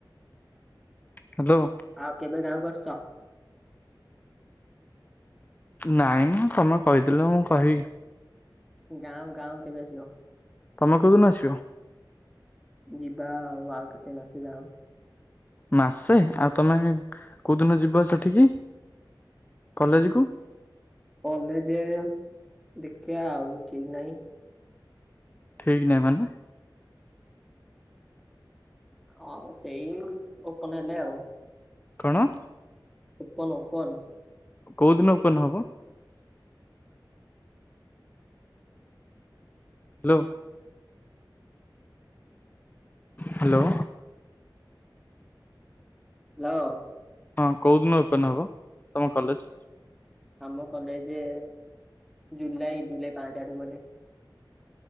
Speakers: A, on the left; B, in the centre.
A: ହ୍ୟାଲୋ।
B: ଆଉ କେବେ ଗାଁକୁ ଆସୁଚ?
A: ନାଇଁ ମୁଁ ତମେ କହିଥିଲ ମୁଁ କହିବି।
B: ଗାଁଉ ଗାଉଁ କେବେ ଆସିବ?
A: ତମେ କୋଉଦିନ ଆସିବ?
B: ଯିବା ଆଉ ଆଉ କେତେ ମାସେ ଯାଉ।
A: ମାସେ ଆଉ ତମେ କୋଉଦିନ ଯିବ ସେଠିକି? କଲେଜକୁ।
B: କଲେଜ ଦେଖିବା ଆଉ ଠିକ ନାହିଁ।
A: ଠିକ ନାହିଁ ମାନେ?
B: ହଉ ସେଇ ଓପନ ହେଲେ ଆଉ।
A: କଣ?
B: Open open.
A: କୋଉ ଦିନ ଓପେନ୍ ହବ? ହ୍ୟାଲୋ। ହାଲୋ।
B: ହାଲୋ।
A: ହଁ କୋଉ ଦିନ ଓପେନ ହବ ତମ କଲେଜ?
B: ଆମ କଲେଜ ଜୁଲାଇ ଜୁଲାଇ ପାଞ୍ଚ ଆଡକୁ ଗଲେ